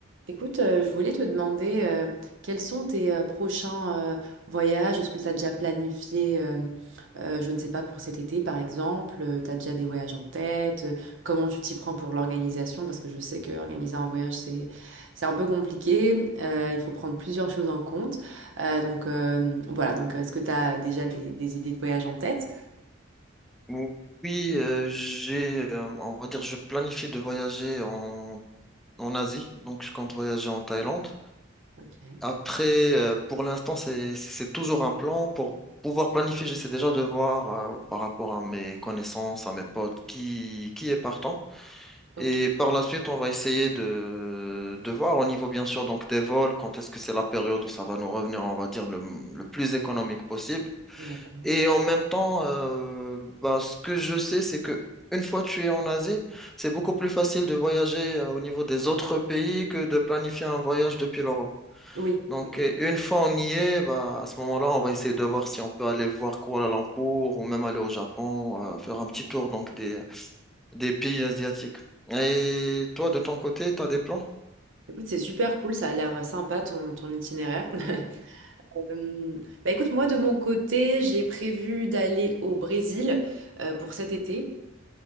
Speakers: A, on the right (about 65°); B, in the centre.
A: Écoute, euh, je voulais te demander euh, quels sont tes euh, prochains euh, voyages. Est-ce que tu as déjà planifié, euh, euh, je ne sais pas, pour cet été par exemple, tu as déjà des voyages en tête? euh, comment tu t'y prends pour l'organisation? Parce que je sais que organiser un voyage, c'est, c'est un peu compliqué. euh, il faut prendre plusieurs choses en compte. Euh, donc euh, voilà, donc est-ce que tu as déjà des, des idées de voyage en tête?
B: Ou- Oui, euh, j'ai, euh, on va dire, je planifie de voyager en, en Asie, donc je compte voyager en Thaïlande.
A: Ok,
B: Après, euh, pour l'instant, c'est, c'est c'est toujours un plan. Pour pouvoir planifier, j'essaie déjà de voir euh, par rapport à mes connaissances, à mes potes, qui, qui est partant.
A: ok,
B: Et par la suite, on va essayer de, de voir au niveau, bien sûr, donc des vols, quand est-ce que c'est la période où ça va nous revenir, on va dire, le, le plus économique possible.
A: d'accord.
B: Et en même temps, euh, bah, ce que je sais, c'est que une fois tu es en Asie, c'est beaucoup plus facile de voyager euh, au niveau des autres pays que de planifier un voyage depuis l'Europe.
A: Oui,
B: Donc,
A: oui.
B: euh, une fois on y est, bah, à ce moment-là, on va essayer de voir si on peut aller voir Kuala Lumpur ou même aller au Japon, euh, faire un petit tour donc des, des pays asiatiques. Et toi, de ton côté, tu as des plans?
A: Écoute, c'est super cool, ça a l'air euh, sympa ton, ton itinéraire. <laughs> Hum, bah écoute, moi de mon côté, j'ai prévu d'aller au Brésil euh, pour cet été